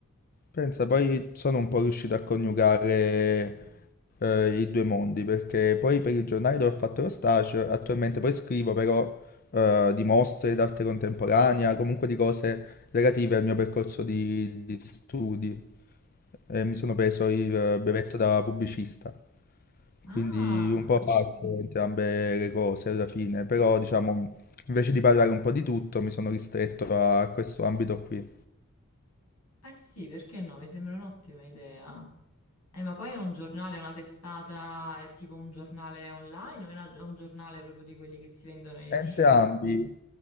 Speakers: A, on the left; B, on the left.
A: Pensa, poi sono un po' riuscito a coniugare eh, i due mondi, perché poi per il giornale dove ho fatto lo stage, attualmente poi scrivo però eh, di mostre d'arte contemporanea, comunque di cose relative al mio percorso di, di studi. E mi sono preso il eh, brevetto da pubblicista,
B: Ah!
A: quindi un po' faccio entrambe le cose alla fine, però diciamo invece di parlare un po' di tutto mi sono ristretto a questo ambito qui.
B: Eh sì, perché no? Mi sembra un'ottima idea. Eh, ma poi è un giornale, una testata, è tipo un giornale online o è, una- è un giornale proprio di quelli che si vendono in edicola?
A: Entrambi,